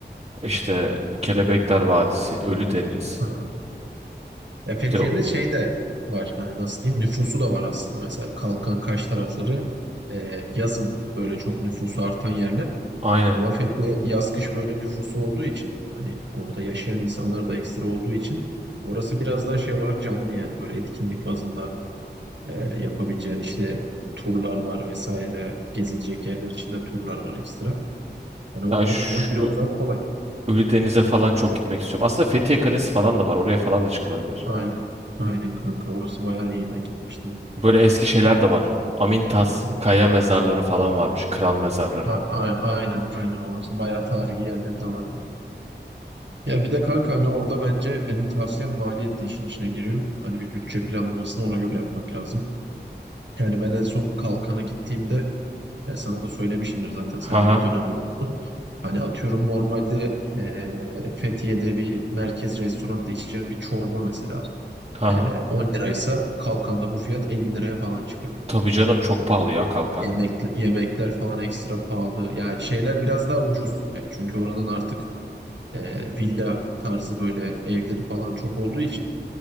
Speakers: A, on the right; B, on the right.
A: İşte Kelebekler Vadisi, Ölüdeniz.
B: Aha. Ya Fethiye'nin
A: İşte
B: şeyi de var hani nasıl diyeyim nüfusu da var aslında mesela Kalkan Kaş tarafları e, yazın böyle çok nüfusu artan yerler.
A: Aynen.
B: Ama Fethiye yaz kış böyle nüfusu olduğu için hani orada yaşayan insanlar da ekstra olduğu için orası biraz daha şey olarak canlı yani böyle etkinlik bazında e, yapabileceğin işte turlar var vesaire gezecek yerler içinde turlar var ekstra. Hani onları
A: Ya şu
B: bulmak biraz daha kolay.
A: Ölüdeniz'e falan çok gitmek istiyorum. Aslında Fethiye Kalesi falan da var. Oraya falan da çıkılabilir.
B: Aynen. Aynen kanka orası bayağı iyi ben gitmiştim.
A: Böyle eski şeyler de var. Amintas,
B: Hı hı.
A: kaya mezarları falan varmış. Kral mezarları.
B: A- a- aynen aynen orası bayağı tarihi yerleri de vardı. Ya bir de kanka hani orada bence benim tavsiyem maliyet de işin içine giriyor. Hani bir bütçe planlamasını ona göre yapmak lazım. Yani ben en son Kalkan'a gittiğimde e, sana da söylemişimdir zaten sen
A: Haha.
B: de bir dönem bulundun. Hani atıyorum normalde e, Fethiye'de bir merkez restoranda içeceğim bir çorba mesela
A: Haha.
B: e, 10 liraysa Kalkan'da bu fiyat 50 liraya falan çıkıyor.
A: Tabii canım çok pahalı ya kalkan.
B: Yemek, yemekler falan ekstra pahalı. Yani şeyler biraz daha ucuz. Yani çünkü oranın artık e, villa tarzı böyle evleri falan çok olduğu için